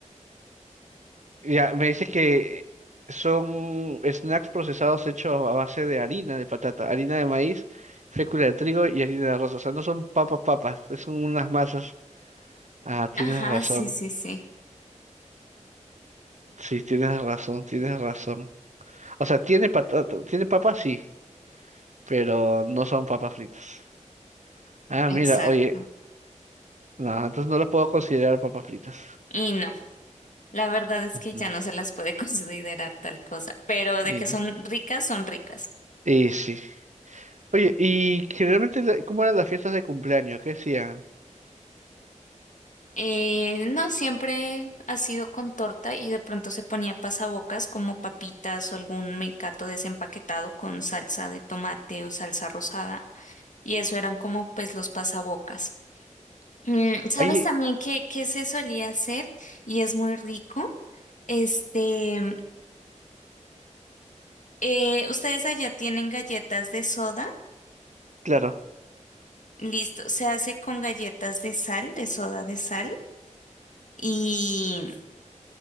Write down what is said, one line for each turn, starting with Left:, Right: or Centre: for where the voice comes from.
Right: Ya, me dices que son snacks procesados hechos a base de harina de patata, harina de maíz, fécula de trigo y harina de arroz. O sea, no son papas, papas, son unas masas. Ah, tienes
Left: Ajá,
Right: razón.
Left: sí, sí, sí.
Right: Sí, tienes razón, tienes razón. O sea, tiene patata, tiene papas, sí, pero no son papas fritas. Ah,
Left: Exacto.
Right: mira, oye, no, entonces no los puedo considerar papas fritas.
Left: Y no. La verdad es
Right: Ujú.
Left: que ya no se las puede <laughs> considerar tal cosa, pero
Right: Y
Left: de que
Right: no.
Left: son ricas, son ricas.
Right: Y sí. Oye, y generalmente, la- ¿cómo eran las fiestas de cumpleaños? ¿Qué hacían?
Left: Eh, no, siempre ha sido con torta y de pronto se ponía pasabocas como papitas o algún mecato desempaquetado con salsa de tomate o salsa rosada y eso eran como pues los pasabocas. Mm, ¿sabes
Right: Ahí,
Left: también qué, qué se solía hacer y es muy rico? Este, eh, ¿ustedes allá tienen galletas de soda?
Right: claro.
Left: Listo, se hace con galletas de sal, de soda de sal, y